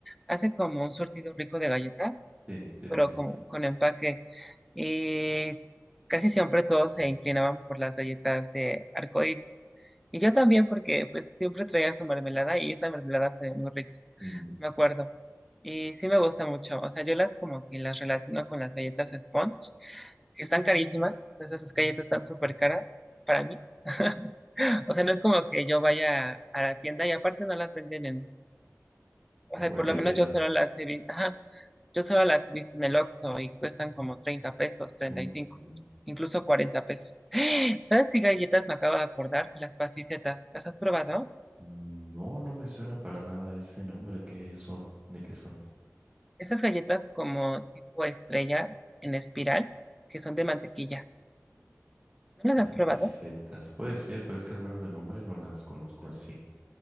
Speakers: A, in the centre; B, on the right.
A: hace como un surtido rico de galletas,
B: Sí, sí, lo
A: pero
B: he visto.
A: como con empaque. Y casi siempre todos se inclinaban por las galletas de arcoíris. Y yo también porque pues siempre traía su mermelada y esa mermelada sabía muy rica
B: Mm.
A: me acuerdo. Y sí me gusta mucho. O sea, yo las como que las relaciono con las galletas Sponge, que están carísimas. O sea, esas galletas están súper caras para mí. <laughs> O sea, no es como que yo vaya a la tienda y aparte no las venden en, o
B: En
A: sea,
B: cualquier
A: por lo menos
B: tienda.
A: yo solo las he visto, ajá, yo solo las he visto en el Oxxo y cuestan como 30 pesos, treinta
B: Mm.
A: y cinco
B: mm,
A: incluso 40 pesos. <gasps> ¿Sabes qué galletas me acabo de acordar? Las pasticetas. ¿Las has probado?
B: mm, No, no me suena para nada ese nombre. ¿Qué son? ¿De qué son?
A: Estas galletas como tipo estrella en espiral, que son de mantequilla. ¿No
B: Pasticetas.
A: las has probado?
B: Puede ser, pero es que al menos de nombre no las conozco así.